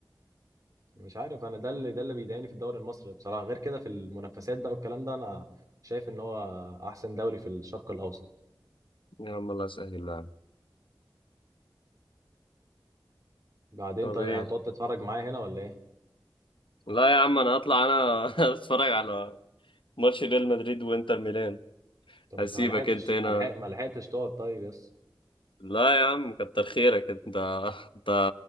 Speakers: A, on the right; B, on the left.
A: مش عارف انا ده اللي ده اللي بيضايقني في الدوري المصري بصراحه غير كده في المنافسات بقى والكلام ده انا شايف ان هو احسن دوري في الشرق الاوسط
B: يا عم الله يسهل يا عم
A: بعدين
B: طب
A: طيب
B: ايه
A: هتقعد تتفرج معايا هنا ولا ايه
B: لا يا عم انا هطلع انا <laughs> اتفرج على ماتش ريال مدريد وانتر ميلان
A: طب
B: هسيبك
A: انت ما لحقتش
B: انت هنا
A: ما لحق ما لحقتش تقعد طيب بس
B: لا يا عم كتر خيرك انت <laughs> انت